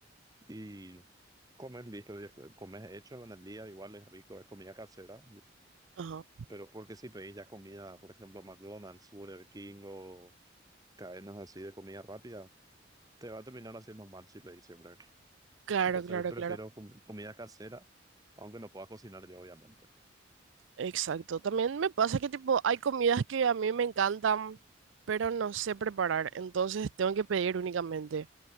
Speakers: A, on the right; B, on the right.
A: y comer listo. Comer hecho en el día, igual es rico, es comida casera.
B: Ajá.
A: Pero porque si pedís ya comida, por ejemplo, McDonald's, Burger King o cadenas así de comida rápida, te va a terminar haciendo mal si pedís siempre.
B: Claro,
A: Entonces
B: claro,
A: prefiero
B: claro.
A: com- comida casera, aunque no pueda cocinar yo, obviamente.
B: Exacto. También me pasa que tipo hay comidas que a mí me encantan, pero no sé preparar, entonces tengo que pedir únicamente.